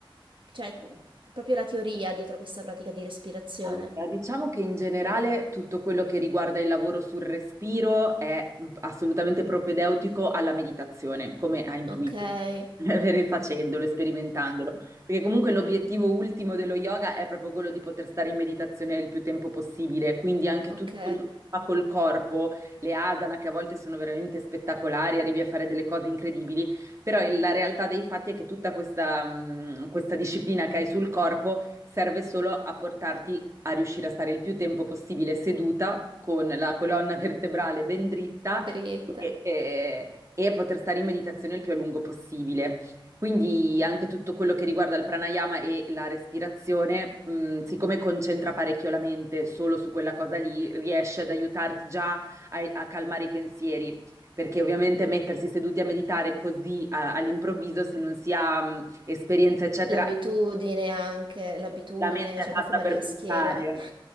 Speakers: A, on the right (about 65°); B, on the right (about 35°).
A: cioè, proprio la teoria dietro questa pratica di respirazione?
B: Allora, diciamo che in generale tutto quello che riguarda il lavoro sul respiro è assolutamente propedeutico alla meditazione, come ha intuito,
A: Ok, <laughs>
B: <laughs> eh, facendolo, sperimentandolo, perché comunque l'obiettivo ultimo dello yoga è proprio quello di poter stare in meditazione il più tempo possibile, quindi anche
A: ok,
B: tutto quello che si fa col corpo, le asana che a volte sono veramente spettacolari, arrivi a fare delle cose incredibili, però il- la realtà dei fatti è che tutta questa, mh, questa disciplina che hai sul corpo serve solo a portarti lì a riuscire a stare il più tempo possibile seduta con la colonna vertebrale ben dritta
A: dritta.
B: e, e- e poter stare in meditazione il più a lungo possibile. Quindi anche tutto quello che riguarda il pranayama e la respirazione, mh, siccome concentra parecchio la mente solo su quella cosa lì, riesce ad aiutarti già a a calmare i pensieri perché ovviamente mettersi seduti a meditare così a- all'improvviso, se non si ha mh, esperienza, eccetera,
A: L'abitudine anche, l'abitudine,
B: la mente è
A: cioè
B: fatta
A: a me fa male
B: per
A: la
B: pensare.
A: schiena.